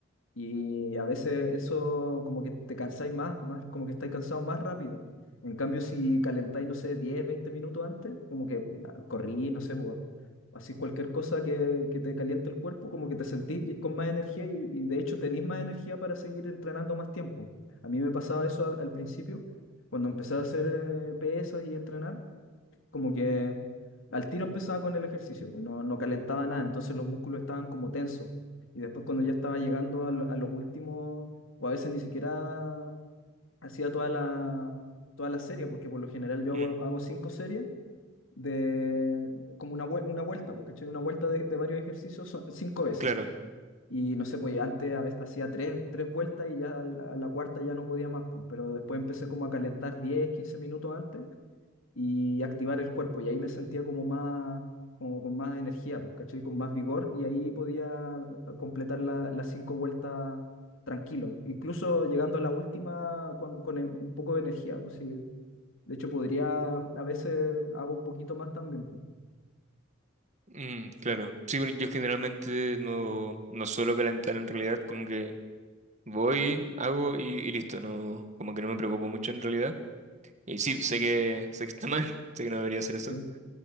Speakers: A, on the left; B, on the right.
A: Y a veces eso como que te cansáis más, más, como que estáis cansados más rápido. En cambio, si calentáis, no sé, diez veinte minutos antes, como que ah, corrís, no sé, pues, así cualquier cosa que, que te caliente el cuerpo, como que te sentís ye- con más energía y, y de hecho tenís más energía para seguir entrenando más tiempo. A mí me pasaba eso a- al principio, cuando empecé a hacer eh, pesas y entrenar como que al tiro empezaba con el ejercicio, pues no, no calentaba nada, entonces los músculos estaban como tensos. Y después cuando ya estaba llegando a, lo- a los últimos, o a veces ni siquiera hacía toda la, toda la serie, porque por lo general yo hago,
B: Mm,
A: hago cinco series de como una, vue- una vuelta, pues, ¿cachai? Una vuelta de, de varios ejercicios son cinco veces.
B: claro,
A: Y no sé, pues antes a veces hacía tres, tres vueltas y ya a la, a la cuarta ya no podía más, pues, pero después empecé como a calentar diez quince minutos antes y activar el cuerpo. Y ahí me sentía como más, como con más energía, pues, ¿cachai? Con más vigor y ahí podía eh, completar la- las cinco vueltas tranquilo. Incluso llegando a la última con, con e- un poco de energía, pues sí. De hecho, podría, a veces hago un poquito más también, pues.
B: mm, claro. Sí, bueno, yo generalmente no, no suelo calentar en realidad, como que voy, hago y, y listo, no, como que no me preocupo mucho en realidad. Y sí, sé que, sé que está mal, <laughs> sé que no debería hacer eso
A: Sí,